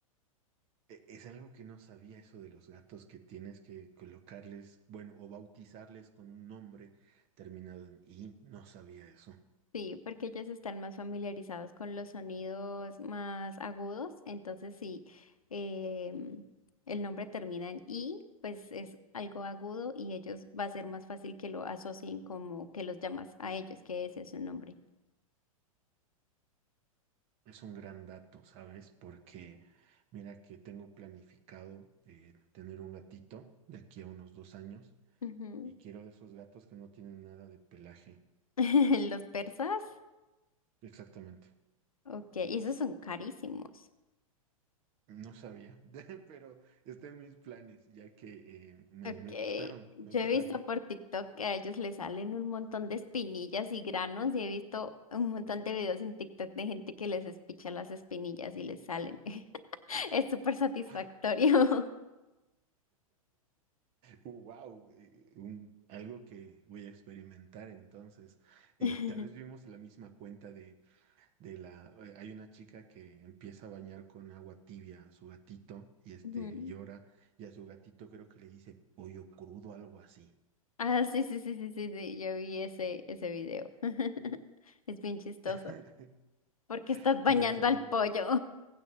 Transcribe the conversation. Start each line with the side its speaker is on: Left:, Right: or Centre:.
Right: e- es algo que no sabía eso de los gatos que tienes que colocarles, bueno, o bautizarles con un nombre terminado en I. No sabía eso.
Left: Sí, porque ellos están más familiarizados con los sonidos más agudos. Entonces, sí, em, el nombre termina en I, pues es algo agudo y ellos va a ser más fácil que lo asocien como que los llamas a ellos, que ese es su nombre.
Right: Es un gran dato, ¿sabes? Porque mira que tengo planificado eh, tener un gatito de aquí a unos dos años.
Left: Ujú.
Right: Y quiero de esos gatos que no tienen nada de pelaje.
Left: <laughs> Los persas,
Right: Exactamente.
Left: ok, y esos son carísimos.
Right: No sabía, <laughs> pero está en mis planes, ya que eh, me,
Left: Ok,
Right: me gustaron,
Left: yo
Right: me gustaron.
Left: he visto por TikTok que a ellos les salen un montón de espinillas y granos y he visto un montón de videos en TikTok de gente que les espicha las espinillas y les salen. <laughs> Es súper satisfactorio.
Right: <laughs> Wow, algo que voy a experimentar entonces. Eh,
Left: <laughs>
Right: tal vez vimos la misma cuenta de, de la. eh, hay una chica que empieza a bañar con agua tibia a su gatito y este
Left: Ujú.
Right: llora, y a su gatito creo que le dice pollo crudo, algo así.
Left: Ah, sí, sí, sí, sí, sí, sí, yo vi ese, ese video. <laughs> Es bien chistoso
Right: <laughs>
Left: porque estás bañando
Right: Estamos hablando
Left: al pollo.